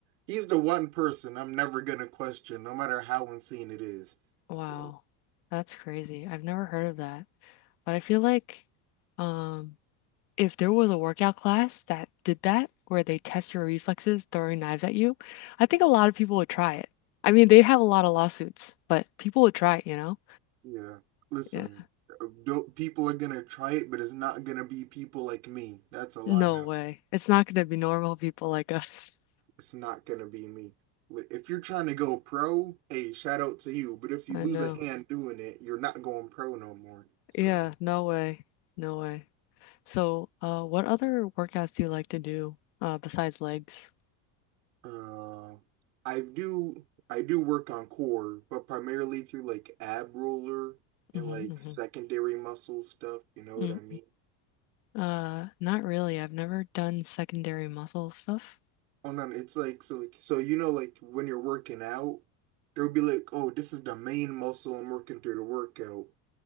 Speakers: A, on the right; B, on the left.
A: He's the one person I'm never gonna question, no matter how insane it is. So
B: Wow. That's crazy. I've never heard of that. But I feel like um if there was a workout class that did that, where they test your reflexes throwing knives at you, I think a lot of people would try it. I mean, they'd have a lot of lawsuits, but people would try it, you know?
A: yeah, listen,
B: Yeah.
A: do people are gonna try it, but it's not gonna be people like me. That's all
B: No
A: I know.
B: way. It's not going to be normal people like <laughs> us.
A: it's not gonna be me. If you're trying to go pro, hey, shout out to you. But if you
B: I
A: lose
B: know.
A: a hand doing it, you're not going pro no more. So,
B: Yeah, no way. No way. So, uh, what other workouts do you like to do uh, besides legs?
A: uh, I do I do work on core, but primarily through like ab roller
B: hmm
A: and like secondary
B: hmm
A: muscle stuff. You know what
B: Mm-mm.
A: I mean?
B: Uh, not really. I've never done secondary muscle stuff.
A: Oh no, it's like so like so you know like when you're working out, there'll be like, oh, this is the main muscle I'm working through the workout.